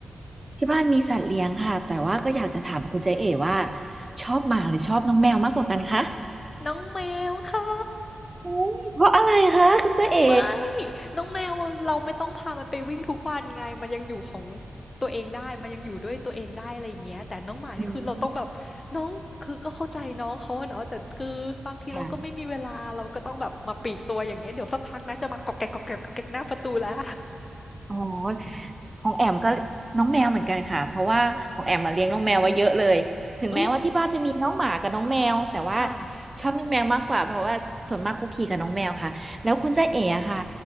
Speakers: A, on the right; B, on the left.
A: ที่บ้านมีสัตว์เลี้ยงค่ะ แต่ว่าก็อยากจะถามคุณเจเอ๋ว่า ชอบหมาหรือชอบน้องแมวมากกว่ากันคะ
B: น้องแมวค่ะ
A: อุ๊ยเพราะอะไรคะคุณเจเอ๋
B: ไม่น้องแมวอะเราไม่ต้องพามันไปวิ่งทุกวันไงมันยังอยู่ของตัวเองได้มันยังอยู่ด้วยตัวเองได้อะไรอย่างเงี้ยแต่น้องหมานี่คือเราต้องแบบน้องคือก็เข้าใจน้องเขาอะเนาะแต่คือบางทีเราก็ไม่มีเวลาเราก็ต้องแบบมาปลีกตัวอย่างเงี้ยเดี๋ยวสักพักนะจะมากอกแกกกอกแกกกอกแกกหน้าประตูแล้ว
A: อืมค่ะ อ๋อ ของแอมก็น้องแมวเหมือนกันค่ะเพราะว่าของแอมมาเลี้ยงน้องแมวไว้เยอะเลยถึงแม้ว่าที่บ้านจะมีน้องหมากับน้องแมวแต่ว่า
B: เอ้ยค่ะ
A: ชอบน้องแมวมากกว่าเพราะว่าส่วนมากคุกคีกับน้องแมวค่ะแล้วคุณจ้าเอ๋อะค่ะ